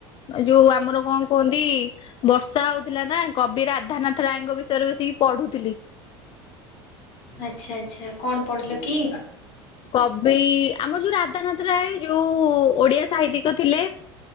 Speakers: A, on the left (about 40°); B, on the left (about 55°).
A: ଯୋଉ ଆମର କଣ କୁହନ୍ତି ବର୍ଷା ହଉଥିଲା ନା କବି ରାଧାନାଥ ରାୟଙ୍କ ବିଷୟରେ ବସି ପଢୁଥିଲି।
B: ଆଚ୍ଛା ଆଚ୍ଛା କଣ ପଢିଲ କି?
A: କବି ଆମର ଯୋଉ ରାଧାନାଥ ରାୟ ଯୋଉ ଓଡିଆ ସାହିତ୍ୟିକ ଥିଲେ